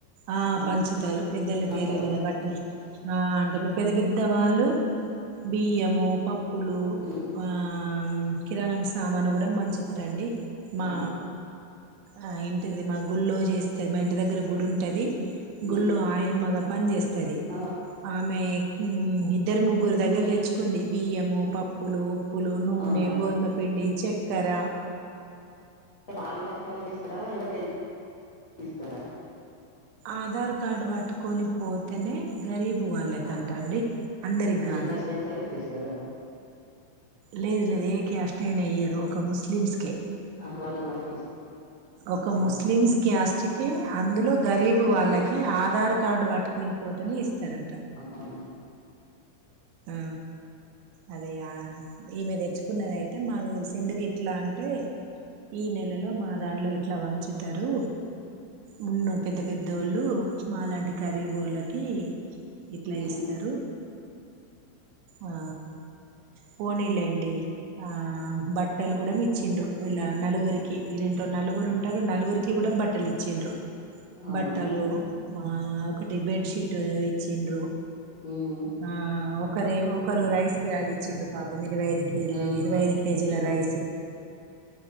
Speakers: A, on the right (about 80°); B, on the left (about 65°).
A: ఆ
B: ఉన్న
A: పంచుతారు పెద్దల పేర్ల
B: సంస్థలో
A: మీద బట్టలు ఆ అంటే ఇప్పుడు పెద్ద పెద్ద వాళ్ళు బియ్యము పప్పు పులు
B: హ్మ్.
A: ఆ అమ్ కిరాణం సామాను గుడా మంచుతారండి మా
B: అవును.
A: ఆ ఇంటిది మా గుళ్ల్లో చేస్తది మా ఇంటి దగ్గర గుడి అంటది
B: హ్మ్.
A: గుడిలో ఆయమ్మగా పని చేస్త తాది
B: ఆ!
A: ఆమె ఇద్దరు ముగ్గుర దగ దగ్గర తెచ్చుకుంది బియ్యము పప్పులు పప్పులు నూనె
B: అవునా?
A: గోధిమపిండి చక్కర
B: వాళ్ళక్యాస్ట్ వాళ్ళకి ఇస్తారా ఎవరికైనా ఇస్తారా
A: ఆధార్ కార్డు పట్టుకొని పోతేనే గరీబ్ వాళ్ళేకంటా
B: ఆహా!
A: అండి అందరికి గాదు
B: ఏ క్యాస్ట్ అయినా సరే న్
A: లేదు లేదు ఏ క్యాస్ట్ టైన ఇయ్యారు ఒక ముస్లిమ్స్కే
B: ఆహా! వాళ్ళది వాళ్ళకే
A: ఒక
B: ఇస్తారా?
A: ముస్లిమ్స్ కాస్ట్ కే అందులో గరీబ్ బు వాళ్ళకే ఆధార్ కార్డు పట్టుకొని పోతనే ఇస్ త్తరట
B: అవునా?
A: ఊ అది ఆ ఈమెద దెచ్చుకున్నదియితే మాకు దెల్సి ఎందుకు ఇట్లా అంటే. ఈ నెలలో మా దాంట్లో ఇట్లా వంచుతారు మున్న పెద్ద పెద్దోళ్ళు మాలాంటి గరీబోళ్ళకి ఇట్లా
B: హ్మ్.
A: ఇస్తారు ఆ పోనీలేండి ఆ బట్టలు గుడా ఇచ్చిండ్రు వీళ్ళ నలుగురి వీళ్ళింట్లో నలుగురు ఉంటరు నలుగురికి కూడా బట్టలు ఇచ్చిండ్రు
B: అవునా?
A: బట్టలు ఆ ఒకటి బెడ్షీట్ ఇచ్చిండ్రు
B: హ్మ్.
A: ఆ ఒకరే ఒకరు రైస్ బ్యాగ్ ఇచ్చిండ్రు పాపం ఇరువై ఐదు కె
B: ఆ!
A: ఇరువైఐదు కేజీల రైస్